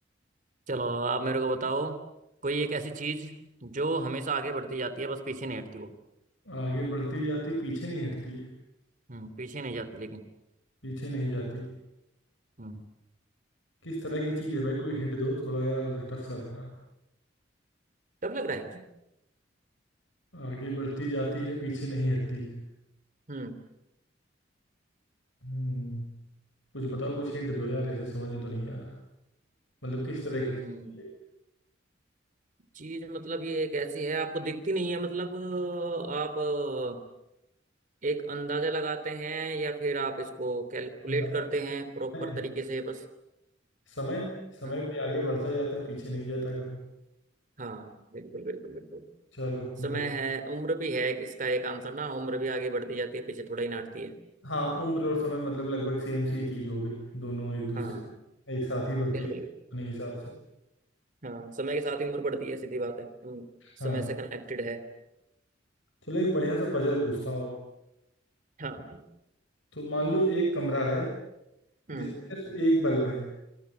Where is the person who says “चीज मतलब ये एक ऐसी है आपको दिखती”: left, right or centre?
Right